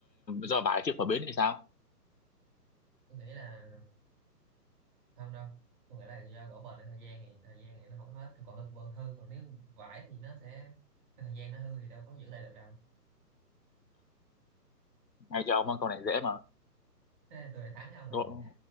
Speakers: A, on the left (about 90°); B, on the right (about 30°).
A: do vải chưa phổ biến thì sao?
B: tôi nghĩ là không đâu tôi nghĩ là do gỗ bền theo thời gian thì thời gian thì nó không hết còn hư bờ hư còn nếu vải thì nó sẽ cái thời gian nó hư thì đâu có giữ lại được đâu
A: Ngay cho ông con câu này dễ mà.
B: thế tôi lại thắng ông rồi
A: Gỗ,
B: nhỉ